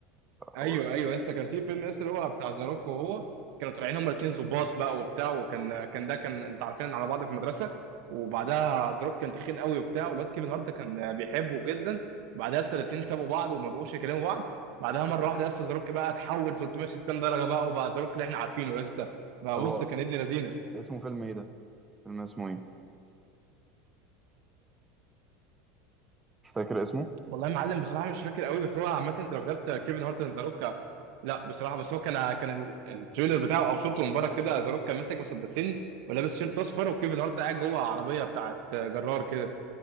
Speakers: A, on the right; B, on the right.
A: ايوه
B: و-
A: ايوه لسه كان في فيلم لسه اللي هو بتاع زاروكو وهو كانوا طالعين هما الاثنين ظباط بقى وبتاع وكان كان ده كان انت عارفين على بعض في المدرسه وبعدها زاروك كان تخين قوي وبتاع والواد كيفن هارت كان بيحبه جدا بعدها لسه الاثنين سابوا بعض وما بقوش يكلموا بعض بعدها مره واحده لسه زاروك بقى اتحول 360 درجه بقى وبقى زاروك اللي احنا عارفينه لسه بقى
B: طب
A: بص
B: هو
A: كان ابن لذينه
B: اسمه فيلم ايه ده فيلم اسمه ايه مش فاكر اسمه
A: والله يا معلم بصراحه مش فاكر قوي بس هو عامه انت لو كتبت كيفن هارت اند ذا روك لا بصراحه بس هو كان كان ال- التريلر بتاعه او صورته من بره كده ذا روك كان ماسك مسدسين ولابس شيرت اصفر وكيفن هارت قاعد جوه عربيه بتاعت جرار كده